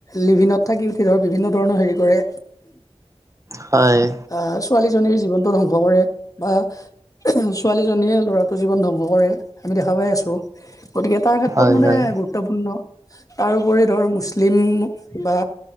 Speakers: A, on the left; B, on the right.
A: লিভিনত থাকি উঠি ধৰ বিভিন্ন ধৰণৰ হেৰি কৰে
B: হয়
A: আহ ছোৱালীজনীৰ জীৱনটো ধ্বংস কৰে বা ছোৱালীজনীয়ে ল'ৰাটোৰ জীৱন ধ্বংস কৰে আমি দেখা পাই আছোঁ গতিকে তাৰ
B: হয়
A: তত মানে
B: হয়
A: গুৰুত্বপূৰ্ণ তাৰোপৰি ধৰ মুছলিম বা